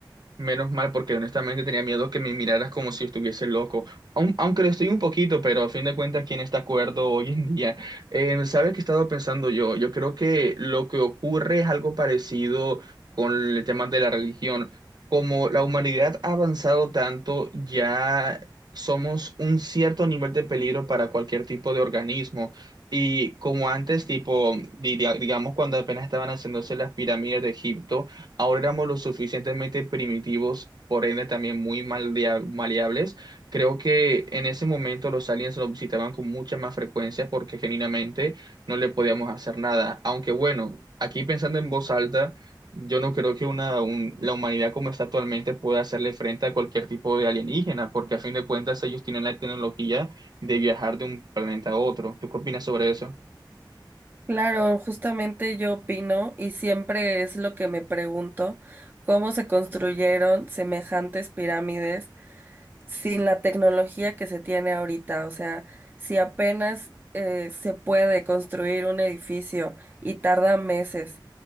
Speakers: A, on the right; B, on the right.
A: Menos mal, porque honestamente tenía miedo que me miraras como si estuviese loco. Aun- aunque lo estoy un poquito, pero a fin de cuentas, ¿quién está acuerdo hoy en día? Eh, ¿sabes qué he estado pensando yo? Yo creo que lo que ocurre es algo parecido con el tema de la religión. Como la humanidad ha avanzado tanto, ya somos un cierto nivel de peligro para cualquier tipo de organismo. Y como antes, tipo, diría- digamos, cuando apenas estaban haciéndose las pirámides de Egipto, Ahora éramos lo suficientemente primitivos, por ende también muy maldea- maleables. Creo que en ese momento los aliens nos visitaban con mucha más frecuencia porque genuinamente no le podíamos hacer nada. Aunque bueno, aquí pensando en voz alta, yo no creo que una, un- la humanidad como está actualmente pueda hacerle frente a cualquier tipo de alienígena, porque a fin de cuentas ellos tienen la tecnología de viajar de un planeta a otro. ¿Tú qué opinas sobre eso?
B: Claro, justamente yo opino y siempre es lo que me pregunto, cómo se construyeron semejantes pirámides sin la tecnología que se tiene ahorita. O sea, si apenas eh, se puede construir un edificio y tarda meses